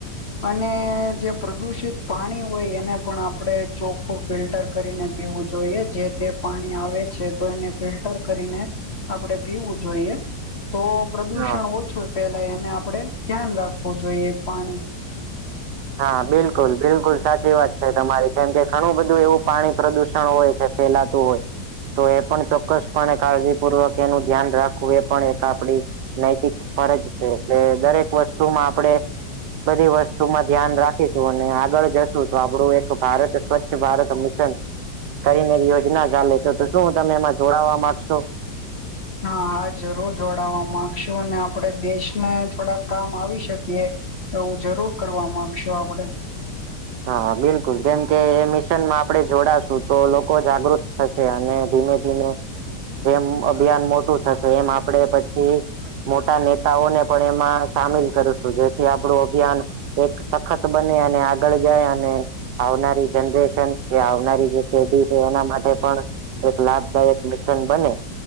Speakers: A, on the left; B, on the right.
A: અને જે પ્રદુષિત પાણી હોય એને પણ આપણેે ચોખ્ખું ફિલ્ટર કરીને પીવું જોઈએ જે તે પાણી આવે છે તો એને ફિલ્ટર કરીને આપડે પીવું જોઈએ તો પ્રદૂષણ
B: હા
A: ઓછું ફેલાય અને આપડે ધ્યાન રાખવું જોઈએ પાણી.
B: હા બિલકુલ બિલકુલ સાચી વાત છે તમારી કેમ કે ઘણું બધું એવું પાણી પ્રદુષણ હોય છે ફેલાતું હોય તો એ પણ ચોક્કસપણે કાળજીપૂર્વક એનું ધ્યાન રાખવું એ પણ એક આપડી નૈતિક ફરજ છે એટલે દરેક વસ્તુમાં આપણેે બધી વસ્તુમાં ધ્યાન રાખીશું અને આગળ જશું તો આપડું એક ભારત સ્વચ્છ ભારત મિશન કરીને યોજના ચાલે છે તો શું તમે એમાં જોડાવા માંગશો
A: હા હા જરૂર જોડાાવવા માંગશું અને આપડે દેશને થોડાક કામ આવી શકીએ એવું જરૂર કરવા માંગશુ આપડે
B: હા બિલકુલ કેમ કે એ મિશનમાં આપણે જોડાશું તો લોકો જાગૃત થશે અને ધીમે ધીમે જેમ અભિયાન મોટું થશે એમ આપડે પછી મોટા નેતાઓને પણ એમાં સામેલ કરું તો જેથી આપડું અભિયાન એક સખત બને અને આગળ જાય અને આવનારી જનરેશન એ આવનારી જેે છે એના માટે પણ એક લાભદાયક મિશન બને